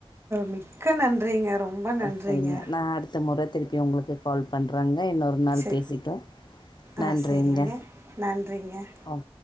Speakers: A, on the right; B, on the left.
A: மிக்க நன்றிங்க ரொம்ப
B: அ
A: நன்றிங்க
B: சரிங்க நா அடுத்த முற திருப்பி உங்களுக்கு கால் பண்றங் க இன்னொரு ஒரு நாள்
A: சே
B: பேசிப்போ நன்றிங்க
A: ஆ சேரிங்க நன்றிங்க
B: ஒ